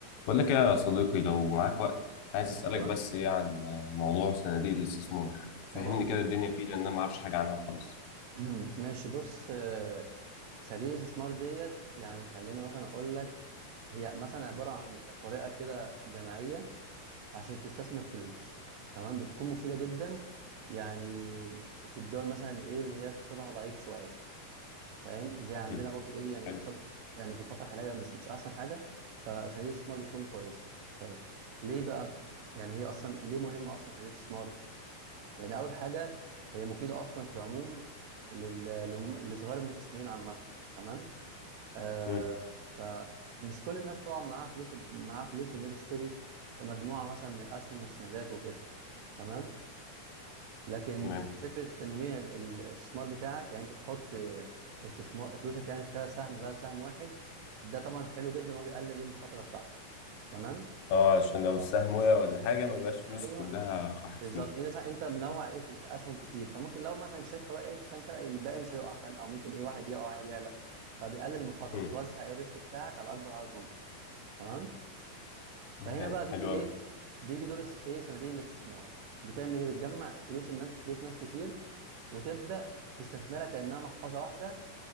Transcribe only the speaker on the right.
ايوه
طبعا طبعا
<clears throat> ماشي بص آه، صناديق الاستثمار ديت يعني خليني مثلا اقول لك هي مثلا عباره عن طريقه كده جماعيه عشان تستثمر فلوس تمام بتكون مفيده جدا يعني في الدول مثلا ايه اللي هي اقتصادها ضعيف شويه فاهم زي عندنا
برضو ايه يعني اقتصاد
يعني في الفتره الحاليه مش مش احسن حاجه فصناديق الاستثمار بتكون كويسه طيب ليه بقى يعني هي اصلا ليه مهمه اصلا صناديق الاستثمار يعني اول حاجه هي مفيده اصلا في العموم لل- لم- لصغار المستثمرين عامه تمام آه
فمش كل الناس طبعا معاها فلوس معاها فلوس ان هي تشتري مجموعه مثلا من الاسهم والسندات وكده تمام لكن
فكره تنويع ال- الاستثمار بتاعك يعني انت تحط آه، استثمار فلوسك يعني في كذا سهم بدل سهم واحد ده طبعا حلو جدا ان هو بيقلل المخاطره بتاعتك تمام
آه،
ايوه
بالظبط
انت انت منوع ايه في في اسهم كتير فممكن لو مثلا شركه وقعت فانت الباقي مش هيقع فاهم او ممكن ايه واحد يقع واحد يعلى فبيقلل المخاطره
بتوزع ايه الريسك بتاعك على اكبر عدد ممكن تمام
فهنا بقى بيجي
ايه
بيجي دور الس- ايه صناديق الاستثمار بتعمل ايه بتجمع فلوس الناس فلوس ناس كتير وتبدا تستثمرها كانها محفظه واحده